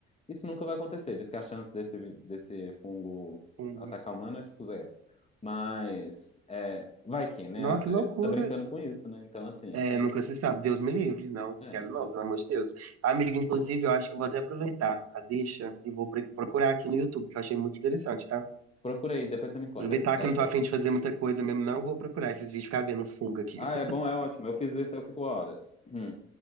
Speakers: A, on the left (about 20°); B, on the right (about 55°).
A: isso nunca vai acontecer. Diz que a chance desse, vi- desse fungo
B: Fungo.
A: atacar o humano é tipo zero. Mas é, vai que, né?
B: Não,
A: A série
B: que loucura.
A: tá brincando com isso, né? Então, assim,
B: É,
A: tem.
B: nunca se sabe. Deus me livre. Não,
A: É,
B: quero
A: então,
B: não, pelo amor de Deus. amigo inclusive, eu acho que eu vou até aproveitar a deixa e vou pre- procurar aqui no YouTube, que eu achei muito interessante, tá?
A: procura aí, depois você me conta
B: Aproveitar
A: o que que tá
B: que
A: achando.
B: eu não tô afim de fazer muita coisa mesmo, não. Vou procurar esses vídeos, ficar vendo os fungos aqui.
A: Ah, é bom, é ótimo. Eu fiz isso, eu fico horas. Hum.